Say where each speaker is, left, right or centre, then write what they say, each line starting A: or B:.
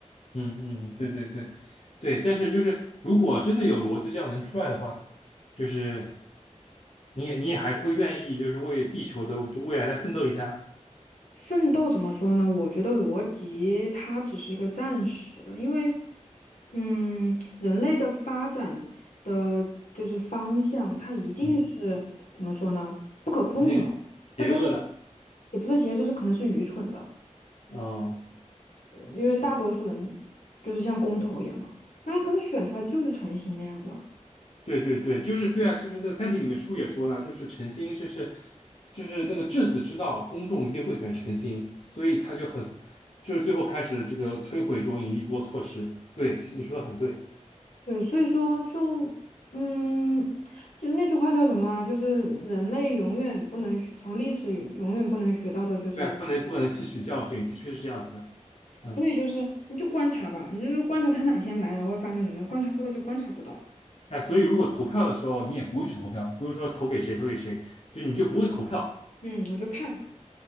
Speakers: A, on the left; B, on the left.
A: 嗯嗯，对对对，对，但是就是如果真的有逻辑这样能出来的话，就是你也你也还是会愿意，就是为地球的就未来再奋斗一下，
B: 奋斗怎么说呢？我觉得逻辑它只是一个暂时的，因为嗯，人类的发展的就是方向，它一定是怎么说呢？
A: 嗯，
B: 不可控的，
A: 一定是
B: 它它
A: 邪恶的，
B: 也不是邪，就是可能是愚蠢的，
A: 嗯，
B: 呃因为大多数人就是像公投一样嘛，那么可能选出来的就是成型那样的，
A: 对对对，就是对啊，就是那个《三体》里面书也说了，就是诚心是是就是那个质子之道，公众一定会选诚心，所以他就很就是最后开始这个摧毁这种引力波措施，对，其实你说的很对，
B: 对，所以说就嗯，就是那句话叫什么啊？就是人类永远不能学，从历史永远不能学到的就是。
A: 对啊，不能不可能吸取教训，的确是这样子的。嗯。
B: 所以就是你就观察吧，你就是观察他哪天来，然后会发生什么，观察不到就观察不到。
A: 哎，所以如果投票的时候你也不会去投票，不会说投给谁投给谁，就你就不会投票，
B: 嗯，我就看，